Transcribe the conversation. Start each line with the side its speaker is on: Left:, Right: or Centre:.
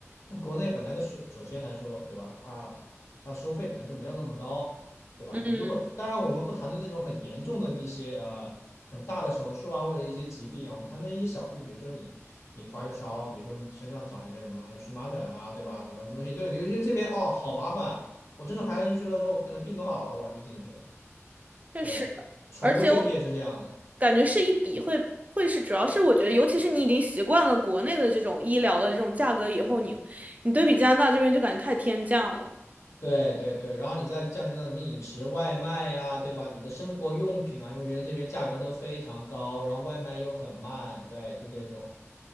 Left: 但国内本来的税，首先来说，对吧？它它收费本来就没有那么高，对吧？
Right: 嗯。
Left: 你如果当然我们不谈论那种很严重的一些呃很大的手术啊或者一些疾病啊，我们谈论一些小病，比如说你你发个烧，比如说你身上长一个什么荨麻疹啊，对吧？长个什么东西，对，你就是这边哦，好麻烦，我真的排了进去了之后，我可能病都好了，我还没进去。
Right: 确实，
Left: 对，宠物就业是这样的，
Right: 而且我感觉是一笔会会是，主要是我觉得，尤其是你已经习惯了国内的这种医疗的这种价格以后，你你对比加拿大这边就感觉太天价了。
Left: 对对对。然后你再降低到什么饮食外卖呀，对吧？你的生活用品啊，因为觉得这边价格都非常高，然后外卖又很慢，对，就这种。